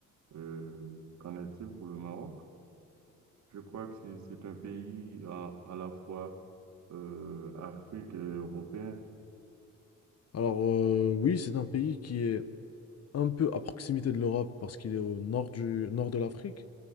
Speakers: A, on the right; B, on the left.
A: Euh, qu'en est-il pour le Maroc? Je crois que c'est c'est un pays à, à la fois euh, Afrique et européen.
B: Alors euh, oui, c'est un pays qui est un peu à proximité de l'Europe parce qu'il est au nord du nord de l'Afrique,